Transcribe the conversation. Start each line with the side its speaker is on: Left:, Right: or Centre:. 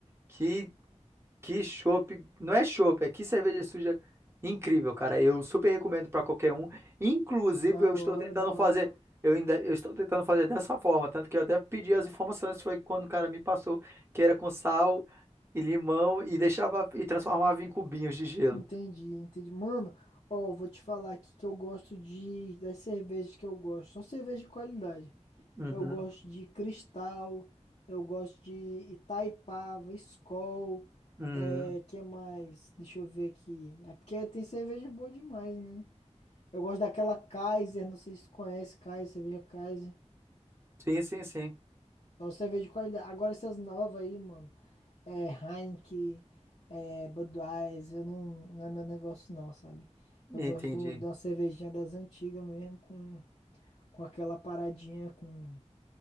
Right: Que que chopp, não é chopp, é que cerveja suja incrível, cara. Eu super recomendo pra qualquer um. Inclusive,
Left: Da
Right: eu
Left: hora,
Right: estou tentando
Left: da
Right: fazer,
Left: hora.
Right: eu ainda eu estou tentando fazer dessa forma, tanto que eu até pedi as informações, foi quando o cara me passou que era com sal e limão e deixava e transformava em cubinhos de gelo.
Left: Entendi, entendi. Mano, ó, vou te falar aqui que eu gosto de, das cervejas que eu gosto. Só cerveja de qualidade.
Right: Uhum,
Left: Eu gosto de Cristal, eu gosto de Itaipava, Skol,
Right: uhum.
Left: é, que mais? Deixa eu ver aqui. É porque tem cerveja boa demais, né? Eu gosto daquela Kaiser, não sei se tu conhece Kaiser, cerveja Kaiser.
Right: Sim, sim, sim.
Left: Só cerveja de qualidade. Agora essas novas aí, mano. É Heineken, é Budweiser, eu não, não é meu negócio não, sabe? Eu
Right: Entendi.
Left: gosto do, de uma cervejinha das antigas mesmo, com, com aquela paradinha, com